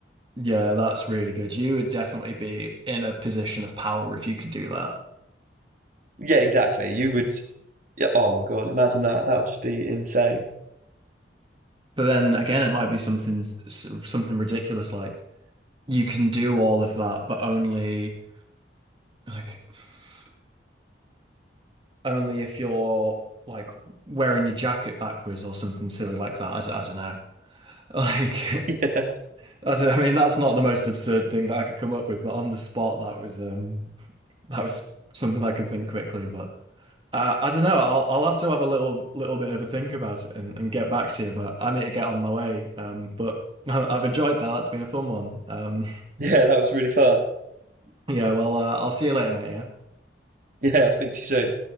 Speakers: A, on the right (about 30°); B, on the right (about 45°).
A: Yeah, that's really good. You would definitely be in a position of power if you could do that.
B: Yeah, exactly. You would. Yeah. Oh my God. Imagine that. That would just be insane. <laughs>
A: But then again, it might be something s- something ridiculous like you can do all of that, but only like f- only if you're like wearing your jacket backwards or something silly like that. I, d- I don't know. <laughs> Like
B: Yeah.
A: I don't- I mean, that's not the most absurd thing that I could come up with, but on the spot, that was um that was something I could think quickly, but. Uh, I don't know. I'll I'll have to have a little little bit of a think about it and, and get back to you. But I need to get on my way. Um, but <laughs> I- I've enjoyed that. That's been a fun one. Um,
B: Yeah. That was really fun.
A: <laughs> yeah. Well, uh, I'll see you later, mate. Yeah.
B: Yeah. I'll speak to you soon.